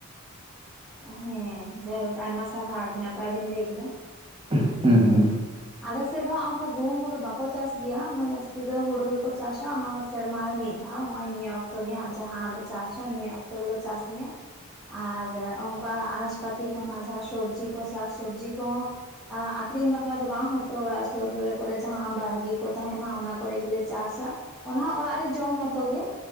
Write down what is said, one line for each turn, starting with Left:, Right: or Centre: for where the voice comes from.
Centre: ᱦᱮᱸ ᱡᱟᱭᱦᱳᱠ ᱟᱭᱢᱟ ᱥᱟᱨᱦᱟᱣ ᱟᱹᱰᱤ ᱱᱟᱯᱟᱭ ᱵᱤᱱ ᱞᱟᱹᱭ ᱠᱮᱫᱟ᱾
Right: ᱦᱮᱸ ᱦᱮᱸ
Centre: ᱟᱞᱮᱥᱮᱫ ᱫᱚ ᱦᱟᱸᱜ ᱚᱱᱠᱟ ᱜᱩᱦᱩᱢ ᱠᱚᱫᱚ ᱵᱟᱠᱚ ᱪᱟᱥ ᱜᱮᱭᱟ, ᱚᱱᱟ ᱡᱟᱹᱥᱛᱤ ᱫᱚ ᱦᱩᱲᱩ ᱜᱮᱠᱚ ᱪᱟᱥᱟ ᱚᱱᱟ᱾ ᱥᱮᱨᱢᱟ ᱨᱮ ᱢᱤᱫ ᱫᱷᱟᱣ ᱦᱚᱜᱼᱚᱭ ᱱᱤᱭᱟᱹ ᱚᱠᱛᱚ ᱜᱮ ᱦᱟᱸᱜ ᱡᱟᱦᱟᱸ ᱞᱮ ᱪᱟᱥᱟ ᱱᱤᱭᱟᱹ ᱚᱠᱛᱚ ᱜᱮᱞᱮ ᱪᱟᱥ ᱜᱮᱭᱟ
Right: <inaudible>
Centre: ᱟᱨ ᱚᱱᱠᱟ ᱟᱱᱟᱡ ᱯᱟᱛᱤ ᱠᱚ ᱡᱟᱦᱟᱸ ᱥᱚᱵᱽᱡᱤ ᱠᱚ ᱥᱟᱠ ᱥᱚᱵᱽᱡᱤ ᱠᱚᱦᱚᱸ ᱟᱠᱷᱨᱤᱧ ᱵᱟᱼ ᱚᱠᱟ ᱫᱚ ᱵᱟᱝ, ᱦᱚᱭᱛᱳ ᱚᱲᱟᱜ ᱥᱩᱨ ᱨᱮ ᱠᱚᱨᱮ ᱡᱟᱦᱟᱸ ᱵᱟᱲᱜᱮ ᱠᱚ ᱛᱟᱦᱮᱱᱟ ᱚᱱᱟ ᱠᱚᱨᱮ ᱜᱮᱞᱮ ᱪᱟᱥᱟ ᱚᱱᱟ ᱦᱚ ᱚᱲᱟᱜ ᱨᱮ ᱡᱚᱢ ᱢᱚᱛᱚᱜᱤ,